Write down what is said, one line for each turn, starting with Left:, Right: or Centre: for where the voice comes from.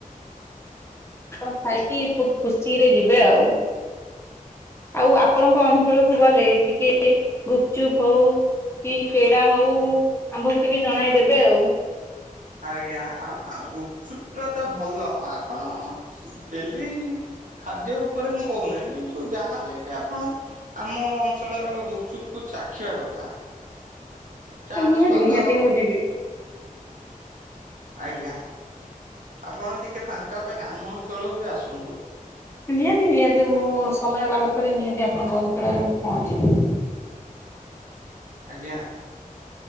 Left: ଆପଣ ଖାଇକି ବୋହୁତ ଖୁସିରେ ଯିବେ ଆଉ। ଆଉ ଆପଣଙ୍କ ଅଞ୍ଚଳକୁ ଗଲେ ଟିକେ ଗୁପଚୁପ ହୋଉ। କି ପେଡା ହୋଉ ଆମ୍ଭକୁ ଟିକେ ଜଣେଇଦେବେ
Right: ଆ
Left: ଆଉ।
Right: ଆଜ୍ଞା ଆ ଆ ଗୁପଚୁପ୍ ଟା ତ ଭଲ ଆପଣ ଡେଲି ଖାଦ୍ୟ ଉପରେ ମୁଁ କହୁନାହିଁ କିନ୍ତୁ ଯାହାହେଲେ ବି ଆପଣ ଆମ ଅଞ୍ଚଳର ଗୁପଚୁପୁକୁ ଚାଖିବା କଥା। ତାର
Left: ହଁ ନିହାତି
Right: ସ୍ଵାଦ
Left: ନିହାତି ମୁଁ ଯିବି।
Right: ଆଜ୍ଞା ଆପଣ ଟିକେ ଫାଙ୍କା ପାଇଁ ଆମ ଅଞ୍ଚଳକୁ ବି ଆସନ୍ତୁ?
Left: ନିହାତି ନିହାତି ମୁଁ ସମୟ ବାହାର କରି ନିହାତି ଆପଣଙ୍କ ଅଞ୍ଚଳରେ ମୁଁ ପହଞ୍ଚିବି।
Right: ଆଜ୍ଞା।